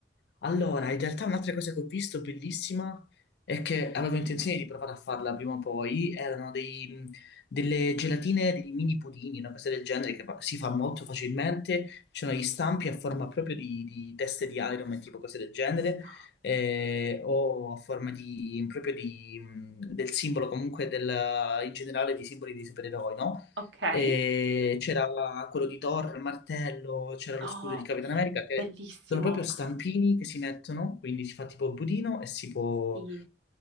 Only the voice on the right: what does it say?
No.
Ok.
Oh,
bellissimo.
Ah,
Sì.